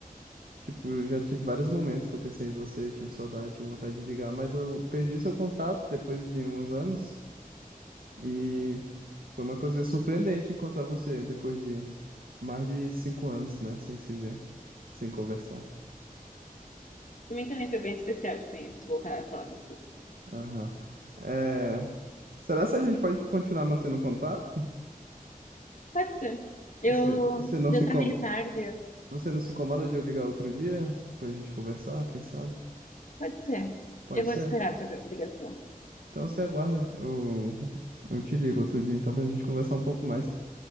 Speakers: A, on the right; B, on the left.
A: tipo, já tive vários momentos que eu pensei em você, tive saudade, tive vontade de ligar, mas eu perdi seu contato depois de uns anos e foi uma coisa surpreendente encontrar você depois de mais de cinco anos, né? Sem se ver, sem conversar.
B: Pra mim também foi bem especial de de voltar a falar contigo.
A: Aham. É, será que a gente pode continuar mantendo contato?
B: Pode ser. Eu.
A: Você, você não
B: Já
A: se incomoda?
B: tá meio tarde.
A: Você não se incomoda de eu ligar outro dia pra gente conversar, quem sabe?
B: Pode ser.
A: Pode
B: Eu vou
A: ser?
B: te esperar a tua ligação.
A: Então você aguarda. Eu, eu te ligo outro dia então pra gente conversar um pouco mais.